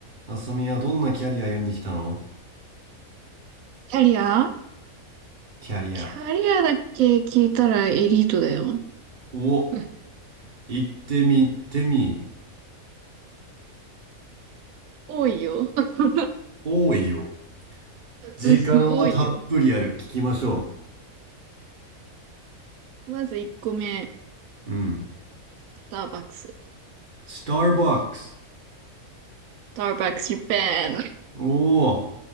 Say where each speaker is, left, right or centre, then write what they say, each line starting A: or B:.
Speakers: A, on the right (about 35°); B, on the right (about 70°).
A: あさみはどんなキャリア歩んできたの
B: キャリア
A: キャリア。
B: キャリアだけ聞いたらエリートだよ。
A: お、
B: <laughs>
A: 行ってみ行ってみ。
B: 多いよ。<laughs>
A: 多いよ。時間はたっぷりある。
B: うん多いよ。
A: 聞きましょ
B: まず1個目、
A: う。うん。
B: スターバックス。ス
A: スターバックス。
B: ターバックスジャパン。
A: おお。